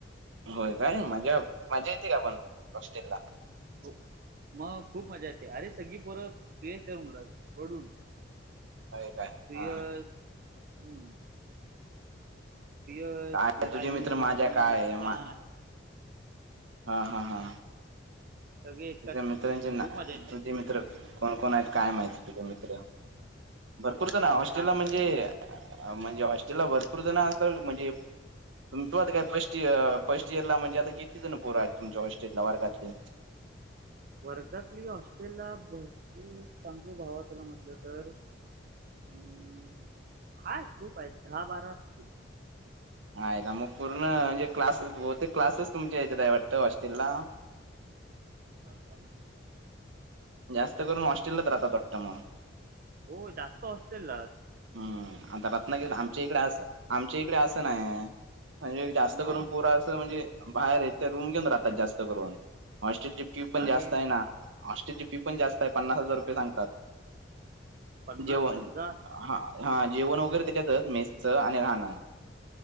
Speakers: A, on the right; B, on the right.
A: होय काय मज्जा मज्जा येते का पण हॉस्टेलला.
B: हो मग खूप मजा येते अरे सगळी पोरं <unintelligible> रूमला पडून. ते
A: होय काय हा
B: अ हम्म. <unintelligible>
A: काय
B: इरायू
A: तुझे मित्र माझ्या
B: घी
A: काय
B: विद्यान.
A: मा हा हा हा.
B: सगळे एकटाच
A: तुझ्या
B: येते
A: मित्रांचे ना
B: खूप मजा येते
A: तुझे
B: रे
A: मित्र कोण कोण आहेत काय माहिती तुझे मित्र. भरपूर जन आहे हॉस्ट्रेलला
B: सांगतोय
A: म्हणजे
B: का
A: अ म्हणजे हॉस्टेलला भरपूर जण असतात म्हणजे पण तुयात काय प्रश्न ते अ फर्स्ट इयर ला म्हणजे आता कितीजण पोरं आहेत तुमच्या हॉस्टेटला वर्गातली.
B: वर्गातली हॉस्टेल ला भरती सांगू भावा तुला म्हणाले तर हम्म आहेत खूप आहेत दहा बारा असतील
A: मायला मग पूर्ण म्हणजे क्लासच बहुतेक क्लासच तुमच्या इकडे आहे वाटत हॉस्टेलला.
B: हा का
A: जास्त करून होस्टेलला राहतात वाटंत मग.
B: हो जास्त होस्टेललाच.
A: हम्म आता रत्नागिरी आमच्या इकडे अस आमच्या इकडे असं नाही. म्हणजे जास्त
B: मग
A: करून पोरं असं म्हणजे बाहेर येथे रूम घेऊन राहतात जास्त करून. हॉस्टेलची फी पण
B: का
A: जास्त
B: रे
A: आहे ना हॉस्टेलची फी पण जास्त आहे पन्नास हजार रुपये सांगतात.
B: पन्नास
A: जेवण
B: हजार.
A: हा हा जेवण वगैरे त्याच्यातच मेसचं आणि राहणं.